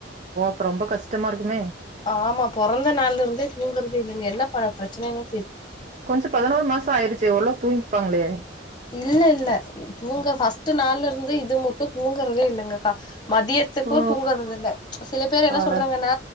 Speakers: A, on the right; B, on the left.
A: அப்போ ரொம்ப கஷ்டமா இருக்குமே
B: ஆமா பொறந்த நாள்ல இருந்தே தூங்கறதே இல்லங்க என்ன ப பிரச்சனன்னே
A: கொஞ்சோ பதினோரு மாசோ ஆயிருச்சே ஓரளவு தூங் பாங்லே
B: இல்ல இல்ல தூங்க பர்ஸ்ட் நாள்லருந்து இது மட்டு தூங்குறதே இல்லங்க கா மதியத்துக்கும்
A: ஓ!
B: தூங்குறது இல்ல சில பேர் என்ன
A: அட!
B: சொல்றாங்கன்னா